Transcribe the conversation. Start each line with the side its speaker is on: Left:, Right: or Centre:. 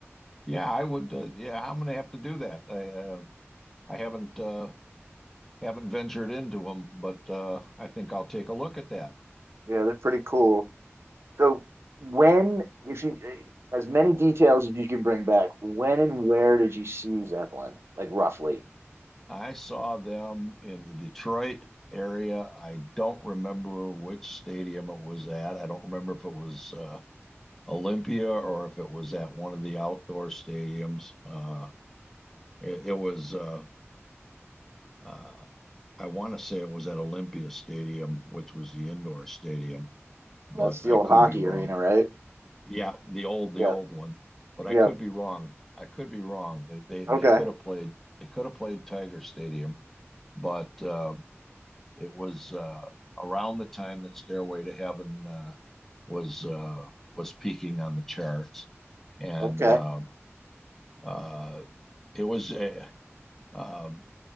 Centre: Yeah, I would. Uh, yeah, I'm going to have to do that. I uh, I haven't uh, haven't ventured into them, but uh, I think I'll take a look at that.
Right: Yeah, they're pretty cool. So, when, if you, as many details as you can bring back, when and where did you see Zeppelin? Like, roughly.
Centre: I saw them in the Detroit area. I don't remember which stadium it was at. I don't remember if it was uh, Olympia or if it was at one of the outdoor stadiums. Uh, it, it was, uh, uh, I want to say it was at Olympia Stadium, which was the indoor stadium, but
Right: That's the
Centre: I
Right: old
Centre: could
Right: hockey
Centre: be wrong.
Right: arena, right?
Centre: Yeah, the old, the
Right: Yeah.
Centre: old one, but I
Right: Yep.
Centre: could be wrong. I could be wrong. They they, they
Right: Okay.
Centre: could have played. They could have played Tiger Stadium, but uh, It was uh, around the time that Stairway to Heaven uh, was uh, was peaking on the charts, and
Right: Okay.
Centre: uh, uh, it was uh, um,